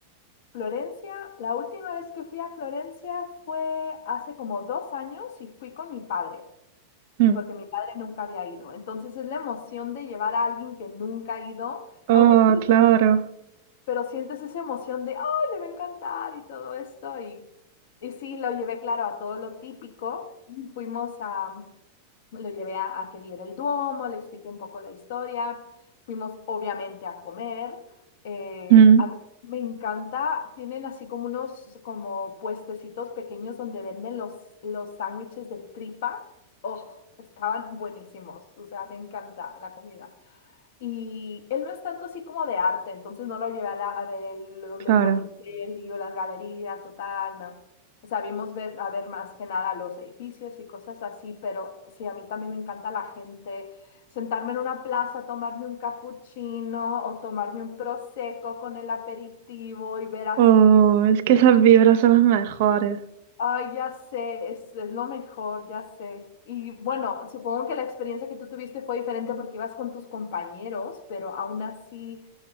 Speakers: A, on the left; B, on the right.
A: Florencia, la última vez que fui a Florencia fue hace como dos años y fui con mi padre,
B: Mm.
A: porque mi padre nunca había ido. Entonces es la emoción de llevar a alguien que nunca ha ido,
B: Oh,
A: aunque tú no
B: claro.
A: pero sientes esa emoción de, ¡ay, le va a encantar! y todo esto. Y, y sí, lo llevé, claro, a todo lo típico. Fuimos a, lo llevé a, a que viera el Duomo, le expliqué un poco la historia, fuimos obviamente a comer. eh,
B: Mm,
A: a mí me encanta, tienen así como unos como puestecitos pequeños donde venden los, los sándwiches de tripa. ¡Oh! Estaban buenísimos, o sea, me encanta la comida. Y él no es tanto así como de arte, entonces no lo llevé a, la- a ver el,
B: Claro.
A: el Botticelli o las galerías o tal, no. O sea, vimos ver, a ver más que nada los edificios y cosas así, pero sí, a mí también me encanta la gente, sentarme en una plaza, tomarme un cappuccino o tomarme un prosecco con el aperitivo y ver así,
B: Oh, es que esas vibras son las mejores.
A: ay, ya sé, es, es lo mejor, ya sé. Y bueno, supongo que la experiencia que tú tuviste fue diferente porque ibas con tus compañeros, pero aún así